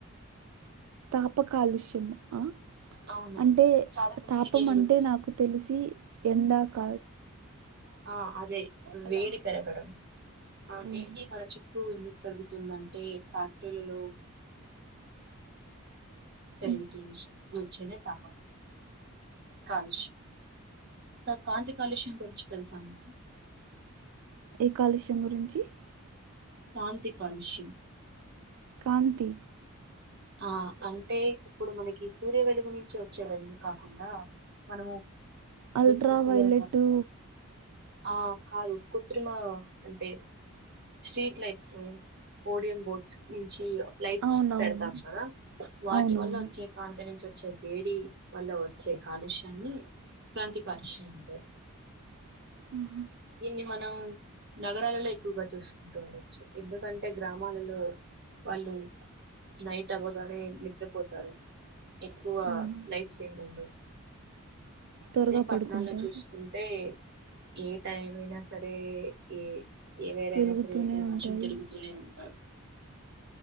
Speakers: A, on the right; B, on the right.
A: తాప కాలుష్యం అ
B: అవును
A: అంటే
B: చాలా మందికి
A: తాపం
B: దీని
A: అంటే
B: గురించి
A: నాకు తెలిసి ఎండాక
B: ఆ అదే
A: అలా
B: వేడి పెరగడం ఆ వేడి
A: ఉమ్.
B: కల చుట్టూ జరుగుతుందంటే ఫ్యాక్టరీలలో టెన్తూమ్స్
A: ఉమ్,
B: ముచ్చరిత కాలుష్యం కాంతి కాలుష్యం గురించి తెలుసా మీకు
A: ఏ కాలుష్యం గురించి
B: కాంతి కాలుష్యం
A: కాంతి
B: ఆ అంటే ఇప్పుడు మనకి సూర్య వెలుగు నుంచి వచ్చే వెలుగు కాకుండా మనము
A: అల్ట్రా
B: వికృతిగా
A: వైలెట్టు
B: ఆ కాదు కృత్రిమ అంటే స్ట్రీట్ లైట్స్ ఓడియం బోర్డ్స్ నుంచి లైట్స్
A: అవునవును
B: పెడతా కదా వాటి
A: అవునవును
B: వల్ల వచ్చే కాంతి నుంచి వచ్చే వేడి వల్ల వచ్చే కాలుష్యాన్ని కాంతి కాలుష్యం అంటారు
A: ఆహ
B: దీన్ని మనం నగరాలలో ఎక్కువగా చూసుకుంటూ ఉండచ్చు ఎందుకంటే గ్రామాలలో వాళ్ళు నైట్ అవ్వగానే నిద్ర పోతారు ఎక్కువ
A: అవును
B: లైట్స్ ఏం ఉండవ్
A: త్వరగా
B: అదే పట్నాల్లో
A: పడుకుంటారు
B: చూసుకుంటే ఏ టైం అయినా సరే ఏ ఏవేరైనా
A: వెలుగుతూనే
B: సరే ఇప్పుడు
A: ఉంటాయి
B: మనుషులు తిరుగుతూనే ఉంటారూ